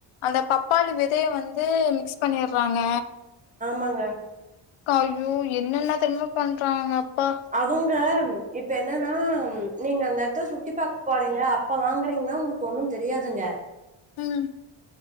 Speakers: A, on the left; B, on the right.
A: அந்த பப்பாளி விதய வந்து மிக்ஸ் பண்ணிறாங்க
B: ஆங்க
A: கா ஐயோ என்னென்ன தெரியுமா பண்றாங்க அப்பா
B: அதுவுங்க இப்ப என்னனா நீங்க அந்த எடத்ல சுத்தி பாக்க போறீங்க அப்ப வாங்றீங்னா உங்ளுக்கு ஒண்ணு தெரியாதுங்க
A: ம்